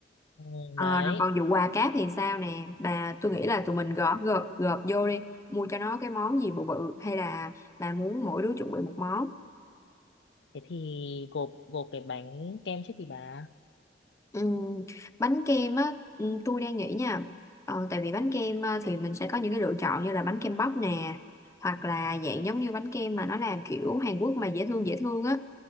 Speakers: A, on the left; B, on the left.
A: ừ,
B: Ờ,
A: đấy
B: rồi còn vụ quà cáp thì sao nè bà tôi nghĩ là tụi mình gõ gộp gộp vô đi mua cho nó cái món gì bự bự hay là bà muốn mỗi đứa chuẩn bị một món
A: thế thì gộp gộp cái bánh kem trước thì bà
B: Ừm, bánh kem á ừm, tôi đang nghĩ nha ờ, tại vì bánh kem ờ, thì mình sẽ có những cái lựa chọn như là bánh kem bắp nè hoặc là
A: ừ.
B: dạng giống như bánh kem mà nó làm kiểu Hàn Quốc mà dễ thương dễ thương á